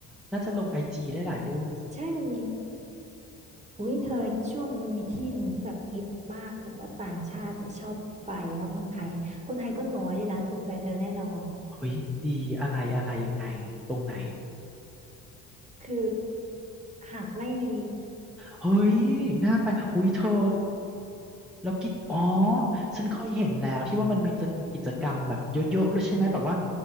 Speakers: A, in the centre; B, on the right.
A: น่าจะลงไอจีได้หลายรูป
B: ใช่มันมีอุ้ยเธอช่วงนี้มันมีที่หนึ่งที่แบบฮิตมากแบบว่าต่างชาติเนี่ยชอบไปแล้วคนไทยคนไทยก็น้อยด้วยนะถูกใจเธอแน่นอน
A: เฮ้ยดีอะไรอะไรยังไงตรงไหน
B: คือหาดไร่เล
A: เฮ้ยน่าไปอุ้ยเธอแล้วกิจอ๋อ
B: อืม
A: ฉันเคยเห็นแล้วที่ว่ามันมีจะมีกิจกรรมแบบเยอะๆเลยใช่ไหมแบบว่า